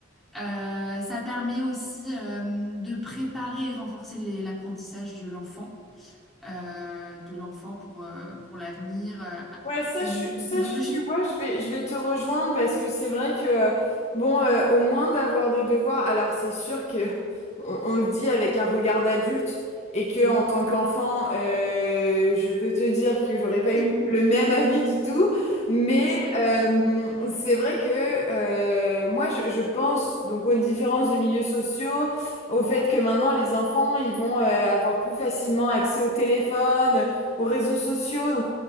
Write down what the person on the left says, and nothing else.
Ouais,
ça, je, suis-
ça je- tu vois, je vais, je vais te rejoindre parce que c'est vrai que, bon, euh, au moins d'avoir des devoirs, alors c'est sûr que <laughs> on, on le dit avec un regard d'adulte et que
en tant qu'enfant, euh, je peux te dire que j'aurais pas
eu le même avis du tout, mais
euh, c'est vrai que euh, moi, je, je pense donc aux différences de milieux sociaux, au
fait que maintenant les enfants, ils vont euh, avoir plus facilement accès au téléphone, aux réseaux sociaux, donc